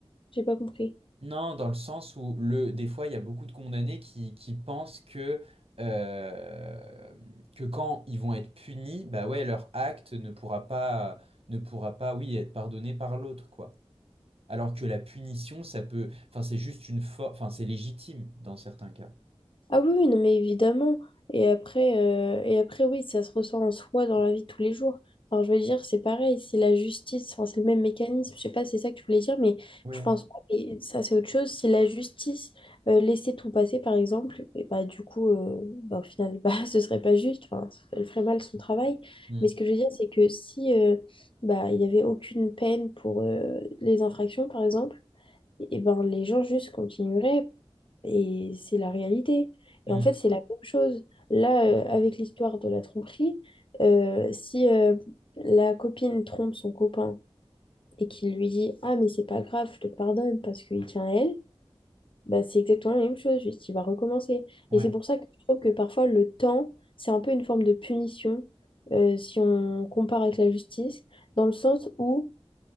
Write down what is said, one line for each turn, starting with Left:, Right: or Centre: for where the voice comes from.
Left: j'ai pas compris.
Right: Non, dans le sens où le, des fois, il y a beaucoup de condamnés qui, qui pensent que, euh, que quand ils vont être punis, bah ouais, leur acte ne pourra pas, ne pourra pas, oui, être pardonné par l'autre, quoi. Alors que la punition, ça peut. Enfin, c'est juste une forme. Enfin, c'est légitime dans certains cas.
Left: Ah oui, oui, non, mais évidemment. Et après, euh, et après, oui, ça se ressent en soi dans la vie de tous les jours. Alors, je veux dire, c'est pareil, c'est la justice, enfin, c'est le même mécanisme. Je sais pas si c'est ça que tu voulais dire, mais
Right: Oui,
Left: je pense pas. Et ça, c'est autre chose. Si la justice euh, laissait tout passer, par exemple, et bah, du coup, euh, bah, au final, <laughs> bah, ce serait pas juste. Enfin, elle ferait mal son travail.
Right: Mm.
Left: Mais ce que je veux dire, c'est que si euh, bah, il y avait aucune peine pour euh, les infractions, par exemple, et ben, les gens juste continueraient. Et c'est la réalité.
Right: Mm.
Left: Et en fait, c'est la même chose. Là, euh, avec l'histoire de la tromperie, euh, si euh, la copine trompe son copain et qu'il lui dit, Ah, mais c'est pas grave, je te pardonne parce qu'il tient à elle, bah, c'est exactement la même chose, juste il va recommencer.
Right: Ouais.
Left: Et c'est pour ça que je trouve que parfois le temps, c'est un peu une forme de punition euh, si on compare avec la justice, dans le sens où